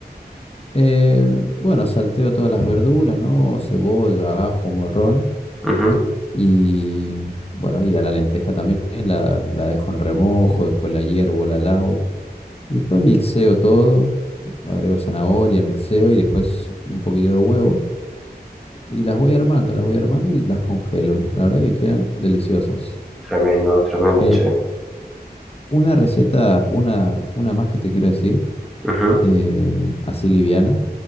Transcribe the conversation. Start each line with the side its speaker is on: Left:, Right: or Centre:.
Left: Eh, bueno, salteo todas las verduras, ¿no? Cebolla, ajo, morrón
Centre: Ujú.
Left: y bueno, y a la lenteja también la, la dejo en remojo, después la hiervo, la lavo y después mixeo todo, agrego zanahoria, mixeo y después un poquito de huevo y las voy armando, las voy armando y las congelo. La verdad que quedan deliciosas.
Centre: Tremendo, tremendo,
Left: Eh,
Centre: che.
Left: una receta, una, una más que te quiero decir,
Centre: Ujú.
Left: eh, así liviana